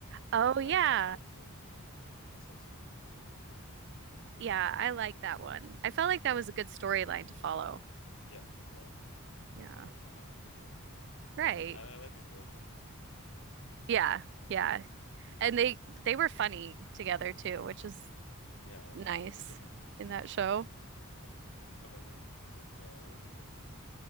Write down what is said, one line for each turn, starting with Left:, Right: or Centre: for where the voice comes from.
Right: Oh
Left: I feel
Right: yeah.
Left: like that arc's really strong. I like that. That's like season two or three, maybe.
Right: Yeah, I like that one. I felt like that was a good storyline to follow.
Left: Yeah, exactly. Kind
Right: Yeah.
Left: of fleshed him out in a good way. And,
Right: Right.
Left: and I like his boyfriend too. He's a good guy.
Right: Yeah. Yeah. And they they were funny together too, which is
Left: Yeah, absolutely.
Right: nice in that show.
Left: <laughs> How about you? What's uh, what was your favorite part?